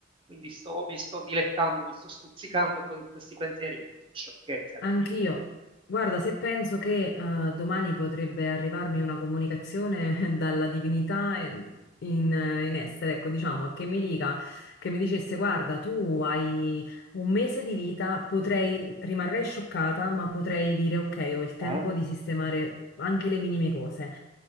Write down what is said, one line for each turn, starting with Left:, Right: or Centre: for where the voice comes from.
Right: Quindi sto- mi sto dilettando, mi sto stuzzicando con questi pensieri, sciocchezze alla
Left: Anch'io.
Right: fine.
Left: Guarda, se penso che, eh, domani potrebbe arrivarmi una comunicazione <laughs> dalla divinità in, in- in essere, ecco, diciamo, che mi dica, che mi dicesse, guarda, tu hai un mese di vita, potrei, rimarrei scioccata, ma potrei dire, ok, ho il tempo
Right: Eh?
Left: di sistemare anche le minime cose.